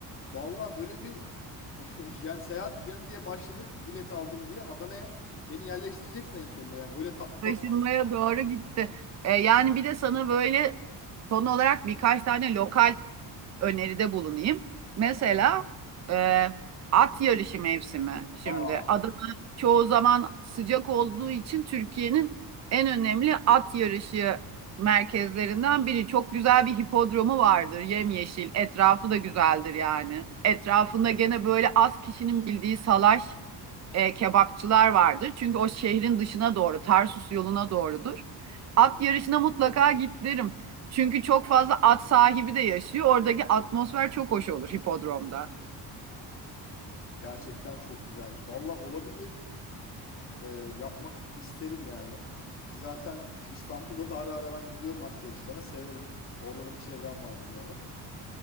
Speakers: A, on the left; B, on the right.
A: Vallahi böyle bir <laughs> yani seyahat planı diye başladık. Bilet aldım diye Adana'ya beni yerleştireceksin en sonunda. Yani öyle tatlı tatlı
B: Taşınmaya
A: anlatıyorsun
B: doğru gitti. E, yani bir de sana böyle son olarak birkaç tane lokal öneride bulunayım. Mesela
A: ama.
B: e, at yarışı mevsimi şimdi.
A: Aa.
B: Adana çoğu zaman sıcak olduğu için Türkiye'nin en önemli at yarışı merkezlerinden biri. Çok güzel bir hipodromu vardır, yemyeşil. Etrafı da güzeldir yani. Etrafında gene böyle az kişinin bildiği salaş e, kebapçılar vardır. Çünkü o şehrin dışına doğru, Tarsus yoluna doğrudur. At yarışına mutlaka git derim. Çünkü çok fazla at sahibi de yaşıyor. Oradaki atmosfer çok hoş olur hipodromda.
A: Hmm. Gerçekten çok güzelmiş. Vallahi olabilir. Ee, yapmak isterim yani. Ki zaten işte İstanbul'da da ara ara ben gidiyorum at yarışlarına. Severim. Orada da bir çevrem vardır yani.